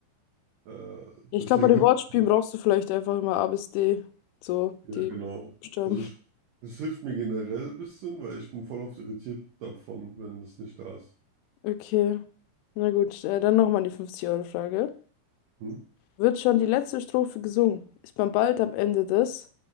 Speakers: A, on the right; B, on the left.
A: äh,
B: Ich
A: deswegen
B: glaube, bei den
A: hilft,
B: Wortspielen brauchst du vielleicht einfach immer A bis D. So,
A: ja
B: die
A: genau.
B: Buchstaben.
A: Also ich, es hilft mir generell ein bisschen, weil ich bin voll oft irritiert davon, wenn das nicht da ist.
B: Okay. Na gut, äh, dann nochmal die 50-Euro-Frage.
A: Hm?
B: Wird schon die letzte Strophe gesungen? Ist man bald am Ende des